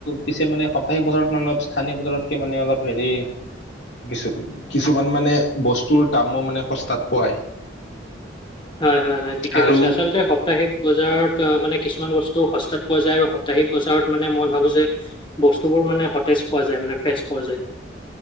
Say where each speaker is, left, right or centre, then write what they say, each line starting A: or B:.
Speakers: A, on the left (about 65°); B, on the left (about 25°).
A: পিছে মানে সপ্তাহিক বছৰত মান অলপ স্থানীয় বজাৰতকে মানে অলপ হেৰি কিছু কিছুমান মানে বস্তুৰ দামো মানে সস্তাত পোৱায়।
B: হয় হয় হয় ঠিকে
A: আৰু
B: কৈছে আচলতে সাপ্তাহিক বজাৰত অ মানে কিছুমান বস্তু সস্তাত পোৱা যায় আৰু সাপ্তাহিক বজাৰত মানে মই ভাবো যে বস্তুবোৰ মানে সতেজ পোৱা যায় মানে ফ্ৰেছ পোৱা যায়।